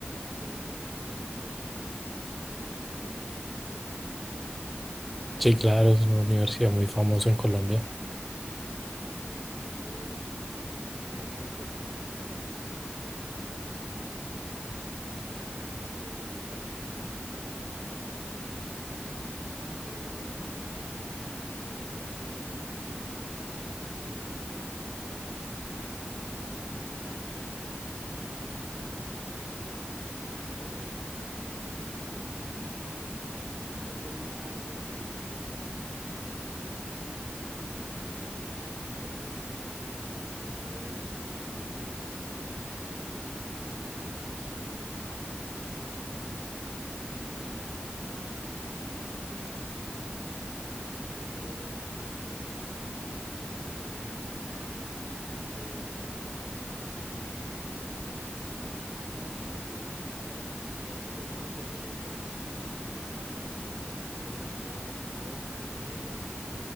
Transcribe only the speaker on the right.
de, de contadores buenos y demás. No sé si conoces la Universidad Javeriana.
Sí, entonces, de hecho, pues para ese entonces yo dije, no, yo tengo que estudiar en esta universidad. <laughs> O sea, claramente era un, un muchacho que apenas salía del colegio que no tenía noción de la vida. pero me quise postular. De hecho, mi abuela, me acuerdo que ella me regaló un dinero para que yo me postulara y hiciera las pruebas en, en la Universidad Nacional, es decir, para que yo me postulara y pues estuviera en una universidad pública. Pero yo nunca, yo nunca me vi como en una universidad pública, sino que yo siempre me vi como en una universidad privada y demás. Entonces, em, el dinero que mi abuelita me regaló lo usé para la, mm, para el derecho de inscripción de, de la universidad, pues de la Javeriana. Costaba más o menos como lo mismo. Entonces ahí yo lo que hice fue eh, postularme, eh, me hicieron unas pruebas eh, para poder pasar, con también pues necesitaban cierto puntaje del IFEX y demás. Y todo este proceso pues yo lo hice netamente para, para pasar. Entonces todas las pruebas las pasé, todos los,